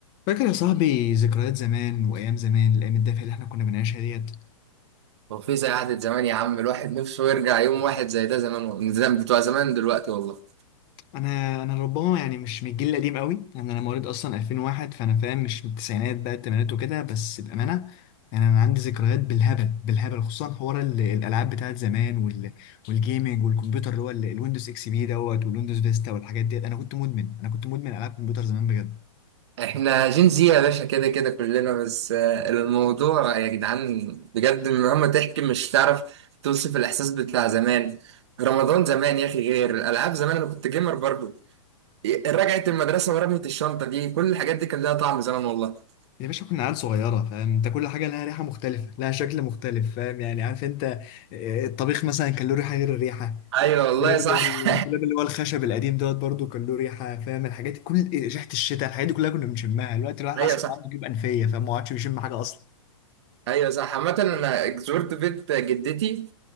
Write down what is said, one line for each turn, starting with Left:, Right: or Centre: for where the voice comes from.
Left: فاكر يا صاحبي ذكريات زمان وايام زمان الايام الدافئه اللي احنا كنا بنعيشها ديت
Right: هو في زي قعدة زمان يا عم الواحد نفسه يرجع يوم واحد زي ده زمان والله زمان بتوع زمان دلوقتي والله
Left: انا انا ربما يعني مش من الجيل القديم قوي يعني انا مواليد اصلا 2001 فانا فاهم مش من التسعينات بقى الثمانينات وكده بس بامانه يعني انا عندي ذكريات بالهبل بالهبل خصوصا حوار ال- الالعاب بتاعت زمان وال والجيمنج والكمبيوتر اللي هو ال- الويندوز اكس بي دوت والويندوز فيستا والحاجات ديت انا كنت مدمن انا كنت مدمن العاب كمبيوتر زمان بجد
Right: احنا جين زي يا باشا كده كده كلنا بس آه، الموضوع يا جدعان بجد مهما تحكي مش تعرف توصف الإحساس بتاع زمان رمضان زمان يا أخي غير الألعاب زمان أنا كنت جيمر برضو رجعت المدرسة ورمية الشنطة دي كل الحاجات دي كان لها طعم زمان والله
Left: يا باشا كنا عيال صغيرة فاهم انت كل حاجة لها ريحة مختلفة لها شكل مختلف فاهم يعني عارف انت آه، الطبيخ مثلا كان له ريحه غير الريحه
Right: أيوه
Left: الدولاب
Right: والله صح
Left: اللي هو الدولاب اللي هو الخشب القديم دوت برضو كان له ريحه فاهم الحاجات دي كل ريحه الشتاء الحاجات دي كلها كنا بنشمها الوقت الواحد
Right: <laughs> أيوه
Left: حاسس
Right: صح
Left: ان عنده جيوب انفيه فما عادش بيشم حاجه اصلا
Right: أيوه صح عامة أنا زرت بيت جدتي